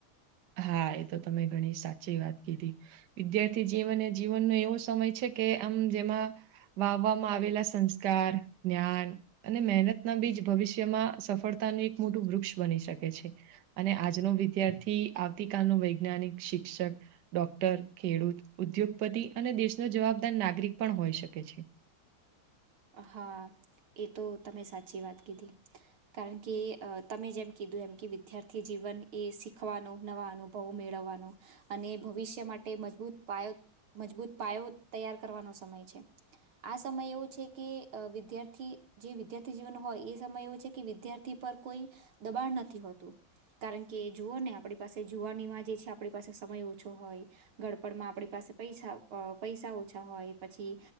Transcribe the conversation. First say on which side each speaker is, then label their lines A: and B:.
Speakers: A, on the right; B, on the right.
A: હા, એ તો તમે ઘણી સાચી વાત કીધી વિદ્યાર્થી જીવન એ જીવનનો એવો સમય છે કે આમ જેમાં વાવવામાં આવેલા સંસ્કાર, જ્ઞાન અને મહેનતના બીજ ભવિષ્યમાં સફળતાનું એક મોટું વૃક્ષ બની શકે છે. અને આજનો વિદ્યાર્થી આવતીકાલ નો વૈજ્ઞાનિક, શિક્ષક ડોક્ટર, ખેડૂત, ઉદ્યોગપતિ અને દેશનો જવાબદાર નાગરિક પણ હોય શકે છે.
B: હા, એ તો તમે સાચી વાત કીધી. કારણ કે અ તમે જેમ કીધું એમ કે વિદ્યાર્થી જીવન એ શીખવાનો નવા અનુભવ મેળવવાનો અને ભવિષ્ય માટે મજબૂત પાયો મજબૂત પાયો તૈયાર કરવાનો સમય છે આ સમય એવો છેકે અ વિદ્યાર્થી જે વિદ્યાર્થી જીવન હોય એ સમય એવો છે કે વિદ્યાર્થી પર કોઈ દબાણ નથી હોતું. કારણ કે જુઓ ને આપણી પાસે જુવાનીમાં જે છે આપણી પાસે સમય ઓછો હોય ગડપણમાં આપણી પૈસા અ પૈસા ઓછા હોય પછી